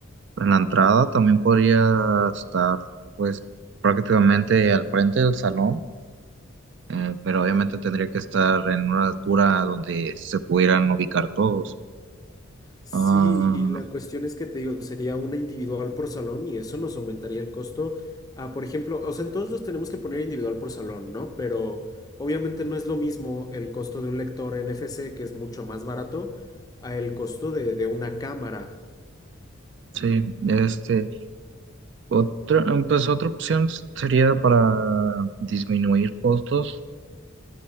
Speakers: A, on the right (about 60°); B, on the left (about 20°).
A: en la entrada, también podría estar, pues, prácticamente al frente del salón, eh, pero obviamente tendría que estar en una altura donde se pudieran ubicar todos.
B: Sí,
A: Ah,
B: y la cuestión es que te digo, sería una individual por salón y eso nos aumentaría el costo a, por ejemplo, o sea, en todos los tenemos que poner individual por salón, ¿no? Pero obviamente no es lo mismo el costo de un lector NFC, que es mucho más barato, a el costo de, de una cámara.
A: sí, este, otra, mm, pues otra opción sería para disminuir costos,